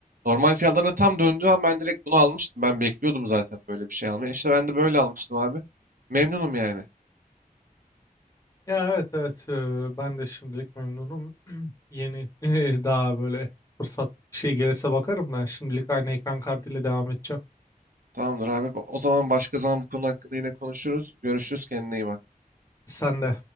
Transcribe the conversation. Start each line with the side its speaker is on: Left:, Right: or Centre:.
Right: Normal fiyatlarına tam döndüğü an ben direkt bunu almıştım. Ben bekliyordum zaten böyle bir şey almayı. İşte ben de böyle almıştım abi. Memnunum yani.
Left: Ya evet evet Ee, ben de şimdilik memnunum. <clears throat> Yeni <laughs> daha böyle fırsat bir şey gelirse bakarım ben şimdilik aynı ekran kartıyla devam edeceğim.
Right: Tamamdır abi. O zaman başka zaman bu konu hakkında yine konuşuruz. Görüşürüz. Kendine iyi bak.
Left: Sen de